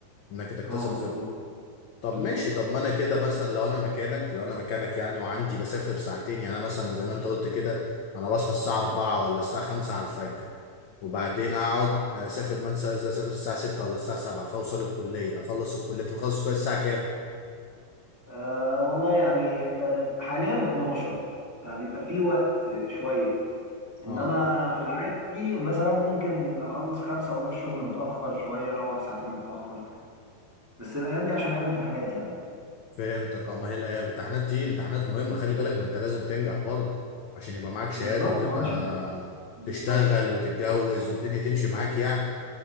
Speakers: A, on the left; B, in the centre.
A: انك تكتسب
B: اه بالظبط
A: خبرة طب
B: بالظبط
A: ماشي طب ما انا كده مثلا لو انا مكانك لو انا مكانك يعني وعندي بسافر ساعتين يعني انا مثلا زي ما انت قلت كده انا بصحى الساعة 4 ولا الساعة 5 على الفجر وبعدين اقعد اسافر مثلا إذا اسافر الساعة 6 ولا الساعة 7 فاوصل الكلية اخلص الكلية تخلص الكلية الساعة كام؟
B: آه والله يعني آه حاليا 12 فبيبقى في وقت شوية انما
A: اه
B: في العادي مثلا ممكن اخلص خمسة واروح الشغل متأخر شوية اروح ساعتين متأخر بس الايام دي عشان ايام امتحانات يعني
A: فهمتك اه ما هي الأيام- الامتحانات دي امتحانات مهمة خلي بالك ما انت لازم تنجح برضه عشان يبقى معاك شهادة
B: بالظبط
A: وتبقى
B: ما عشان بالظبط
A: تشتغل وتتجوز والدنيا تمشي معاك يعني